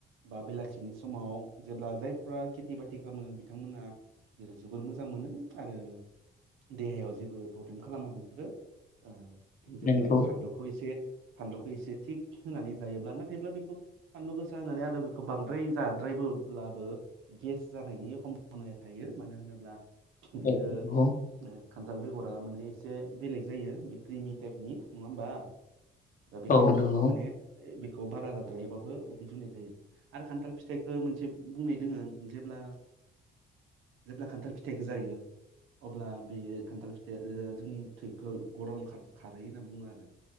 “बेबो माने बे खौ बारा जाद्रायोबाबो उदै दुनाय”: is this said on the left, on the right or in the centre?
Right